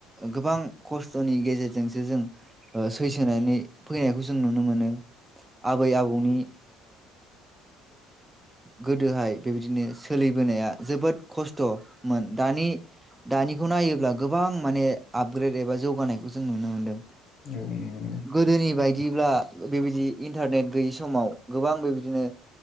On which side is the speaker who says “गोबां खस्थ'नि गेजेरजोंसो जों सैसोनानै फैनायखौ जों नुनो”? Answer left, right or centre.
Right